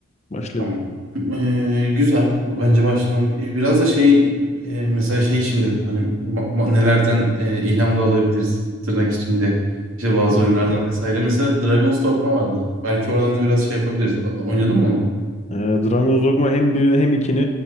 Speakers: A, on the left (about 30°); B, on the right (about 75°).
A: Başlayalım.
B: Tamam. Ee, güzel. Bence başladan e, biraz da şey e, mesela şey için dedim hani ba- ba- nelerden e, ilham da alabiliriz tırnak içinde işte bazı
A: Hı hı.
B: oyunlardan vesaire. Mesela Dragon's Dogma vardı. Belki oradan da biraz şey yapabiliriz. O- Oynadın mı onu?
A: Ee, Dragon's Dogma hem birini hem ikini